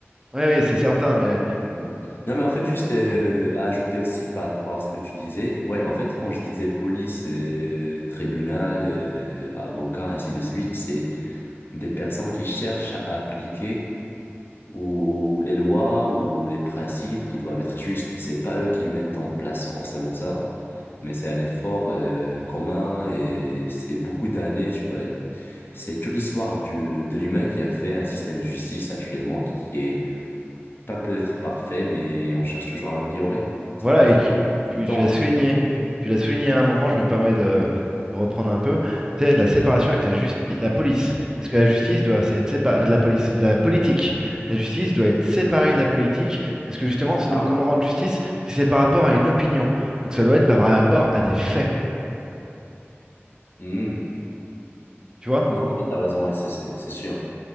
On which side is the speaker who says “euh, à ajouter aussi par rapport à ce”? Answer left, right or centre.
Left